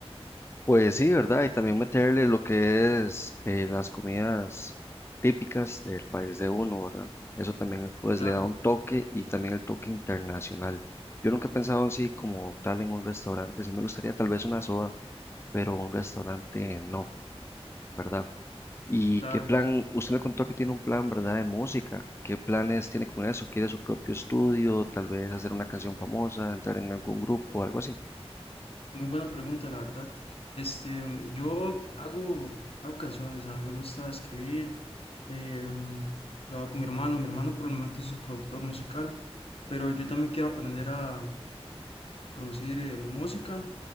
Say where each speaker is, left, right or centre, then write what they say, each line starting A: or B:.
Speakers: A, on the left; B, on the left.
A: Pues sí, ¿verdad? Y también meterle lo que es eh, las comidas típicas del país de uno, ¿verdad? Eso también pues
B: Claro,
A: le da un toque y también el toque internacional. Yo nunca he pensado así como tal en un restaurante, sí me gustaría tal vez una soda, pero un restaurante no, ¿verdad? ¿Y
B: claro.
A: qué plan? Usted me contó que tiene un plan, ¿verdad? De música. ¿Qué planes tiene con eso? ¿Quiere su propio estudio? Tal vez hacer una canción famosa, entrar en algún grupo, algo así.
B: Muy buena pregunta, la verdad. Este, yo hago, hago canciones, a mí me gusta escribir, em, lo hago con mi hermano, mi hermano por el momento es el productor musical, pero yo también quiero aprender a producir eh, música,